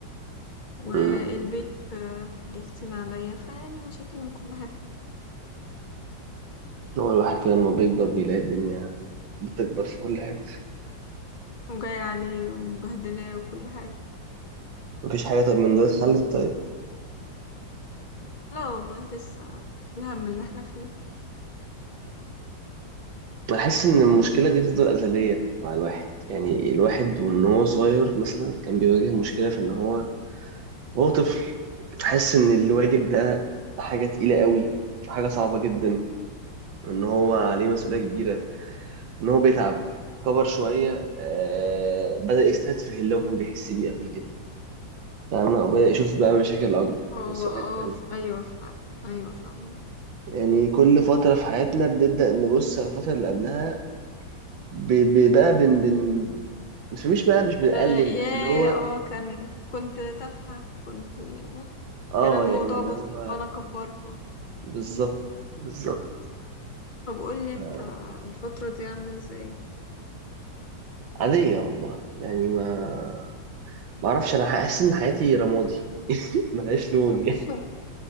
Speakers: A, on the left (about 65°); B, on the right (about 80°).
A: والبيت
B: امم
A: آه، ضاغطين عليا فيعني مشاكل من كل حاجة
B: هو الواحد كده لما بيكبر بيلاقي الدنيا بتكبر في كل حته
A: وجاية عليه ومبهدلاه وكل حاجة
B: مفيش حاجه طب من دول اتحلت طيب
A: لا والله لسه في الهم اللي احنا فيه
B: انا حاسس ان المشكله دي تفضل ازليه مع الواحد يعني الواحد ومن هو صغير مثلا كان بيواجه مشكله في ان هو وهو طفل حاسس ان الواجب ده حاجه تقيله قوي حاجه صعبه جدا ان هو عليه مسؤولية كبيرة ان هو بيتعب كبر شوية آه بدأ يستتفه اللي هو كان بيحس بيه قبل كده فاهمة وبدأ يشوف بقى مشاكل أكبر
A: هو
B: مسؤوليات
A: اه
B: تانية
A: ف- ايوه فعلا ايوه فعلا
B: يعني كل فترة في حياتنا بنبدأ نبص على الفترة اللي قبلها ب- ب- بقى بن بن مش مش بقى مش بنقلل
A: آه،
B: بس
A: ياه
B: اللي هو
A: اه كان كنت تافهة كنت
B: اه
A: كان الموضوع
B: يعني اللي
A: بسيط
B: هو
A: وانا كبرته
B: بالظبط بالظبط
A: طب قولي انت
B: آه،
A: الفترة دي عاملة ازاي
B: عادية والله يعني ما ما اعرفش انا حاسس ان حياتي رمادي ملهاش لون
A: <laughs>
B: يعني